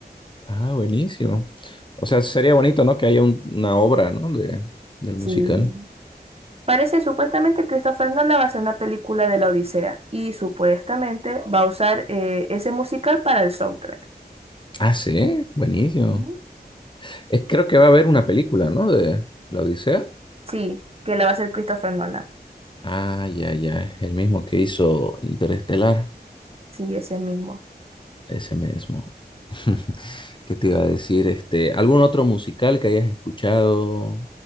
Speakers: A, on the left (about 30°); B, on the right (about 35°).
A: Ah, buenísimo. O sea, sería bonito, ¿no? Que haya un- una obra, ¿no? De, del musical.
B: Sí. Parece supuestamente Christopher Nolan va a hacer una película de la Odisea y supuestamente va a usar eh, ese musical para el soundtrack.
A: Ah, sí, buenísimo.
B: Ujú.
A: Es- creo que va a haber una película, ¿no? De la Odisea.
B: Sí, que la va a hacer Christopher Nolan.
A: Ah, ya, ya. El mismo que hizo Interestelar.
B: Sí, ese mismo.
A: Ese mismo. <laughs> ¿Qué te iba a decir? Este, ¿algún otro musical que hayas escuchado?